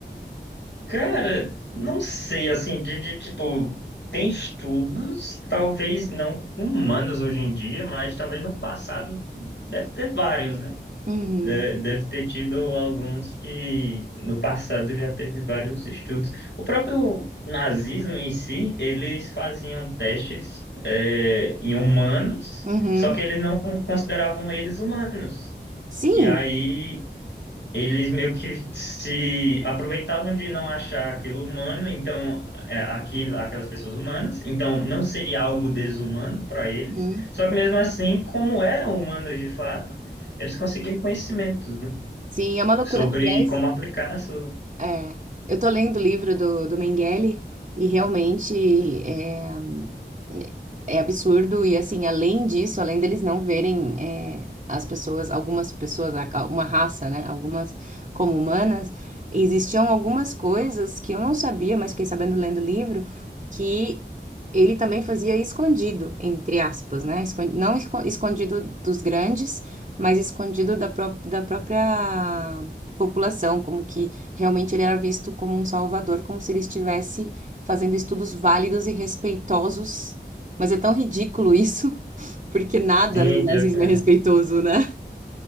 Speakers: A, on the left; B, on the right.
A: Cara, não sei, assim, de, de, tipo, tem estudos, talvez não com humanos hoje em dia, mas talvez no passado deve ter vários, né?
B: Uhum,
A: De- Deve ter tido alguns que no passado já teve vários estudos. O próprio nazismo em si, eles faziam testes, é, em humanos,
B: uhum.
A: só que eles não consideravam eles humanos.
B: Sim.
A: E aí eles meio que se aproveitavam de não achar aquilo humano, então é, aquilo, aquelas pessoas humanas, então não seria algo desumano para eles.
B: Uhum.
A: Só que mesmo assim, como eram humanos de fato, eles conseguiam conhecimentos, né,
B: Sim, é uma loucura.
A: sobre
B: Aliás,
A: como aplicar na sua.
B: É, eu tô lendo o livro do, do Mengele e realmente é, é é absurdo. E assim, além disso, além deles não verem é, as pessoas, algumas pessoas, a- uma raça, né? Algumas como humanas, existiam algumas coisas que eu não sabia, mas fiquei sabendo lendo o livro, que ele também fazia escondido, entre aspas, né? escon- Não esco- escondido dos grandes, mas escondido da, pró- da própria população, como que. Realmente ele era visto como um salvador, como se ele estivesse fazendo estudos válidos e respeitosos. Mas é tão ridículo isso, <laughs> porque nada
A: Sim,
B: no nazismo
A: pior que é.
B: é respeitoso, né?